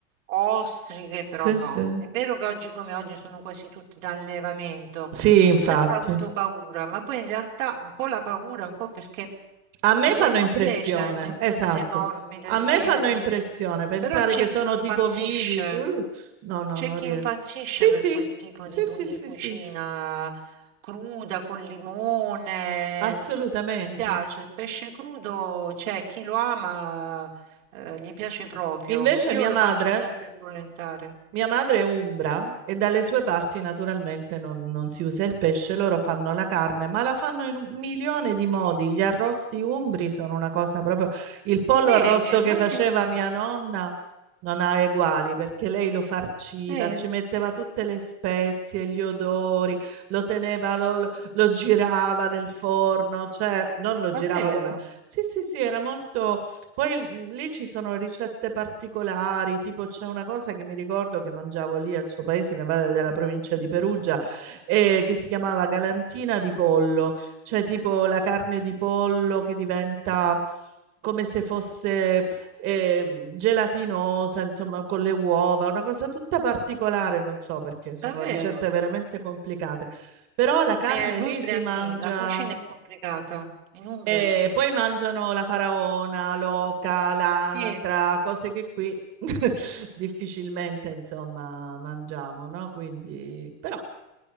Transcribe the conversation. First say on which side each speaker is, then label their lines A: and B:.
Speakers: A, on the right; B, on the right.
A: Ostriche però
B: sì,
A: no,
B: sì.
A: è vero che oggi come oggi sono quasi tutti da allevamento,
B: Sì, infatti.
A: ho sempre avuto paura, ma poi in realtà un po' la paura, un po' perché
B: A me
A: mi fa
B: fanno
A: un po'
B: impressione,
A: specie, perché
B: esatto.
A: cose morbide,
B: A
A: sì,
B: me fanno
A: sì,
B: impressione pensare
A: però c'è
B: che sono
A: chi impazzisce,
B: tipo vivi. uh, no, no,
A: c'è
B: non
A: chi
B: riesco.
A: impazzisce
B: Sì,
A: per
B: sì,
A: quel tipo
B: sì,
A: di,
B: sì,
A: di
B: sì,
A: cucina
B: sì,
A: cruda, con limone.
B: assolutamente.
A: Mi piace il pesce crudo, c'è chi lo ama, eh, gli piace proprio.
B: Invece
A: Io
B: mia
A: lo
B: madre,
A: faccio sempre sbollentare.
B: mia madre è umbra e dalle sue parti naturalmente non, non si usa il pesce, loro fanno la carne, ma la fanno in un milione di modi. Gli arrosti umbri sono una cosa proprio... Il pollo
A: Sì,
B: arrosto che
A: ma
B: faceva
A: senti,
B: mia nonna Non ha uguali perché lei lo farciva,
A: eh,
B: ci metteva tutte le spezie, gli odori, lo teneva, lo, lo- lo girava nel forno, cioè non lo
A: davvero,
B: girava come... Sì, sì, sì, era molto... Poi mm, lì ci sono ricette particolari, tipo c'è una cosa che mi ricordo che mangiavo lì al suo paese, mia madre è della provincia di Perugia, eh, che si chiamava galantina di pollo, cioè tipo la carne di pollo che diventa come se fosse ehm, gelatinosa, insomma, con le uova, una cosa tutta particolare, non so perché, sono
A: davvero.
B: ricette veramente complicate. Però la carne
A: Eh, in
B: lì
A: Umbria
B: si
A: sì,
B: mangia,
A: la cucina è complicata. In Umbria
B: e
A: sì.
B: poi mangiano la faraona, l'oca, l'anatra,
A: Sì,
B: cose che qui <laughs> difficilmente, insomma, mangiamo, no? Quindi, però,